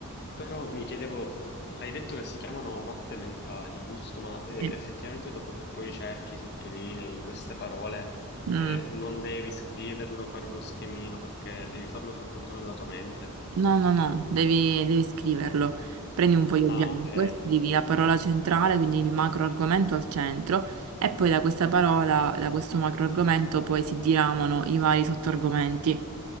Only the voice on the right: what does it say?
Sì.
Mm.
No, no, no, devi, devi scriverlo. Prendi un foglio
bianco
e scrivi la parola centrale, quindi il macro argomento al centro, e poi da questa parola, da questo macro argomento, poi si diramano i vari sottoargomenti.